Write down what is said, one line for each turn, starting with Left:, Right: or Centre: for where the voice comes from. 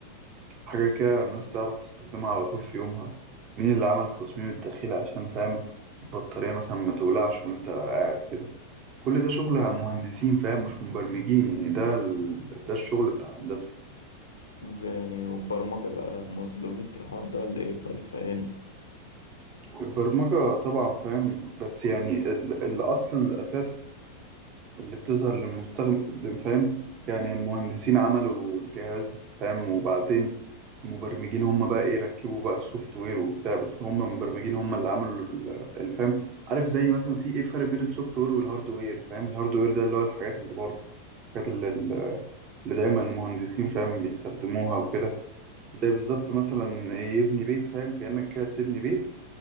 Right: حاجة كده الناس تعرف تستخدمها على طول في يومها مين اللي عمل التصميم الداخلي عشان فاهم البطارية مثلا ما تولعش وانت قاعد كده كل ده شغل عن مهندسين فاهم مش مبرمجين يعني ده ال... ده الشغل بتاع الهندسة
Left: وب- يعني والبرمجه بقى مظلومين في الحوار ده ولا ايه طيب فاهم
Right: البرمجة طبعا فاهم بس يعني ال- اللي أصلا الأساس اللي بتظهر للمستخدم فاهم يعني المهندسين عملوا جهاز فاهم وبعدين المبرمجين هم بقى ايه ركبوا بقى السوفت وير وبتاع بس هم المبرمجين هم اللي عملوا ال- الفهم عارف زي مثلا في ايه فرق بين السوفت وير والهارد وير فاهم الهارد وير ده اللي هو الحاجات اللي بره الحاجات اللي, اللي دايما المهندسين فاهم بيستخدموها وكده زي بالظبط مثلا إيه، يبني بيت فاهم كأنك كده بتبني بيت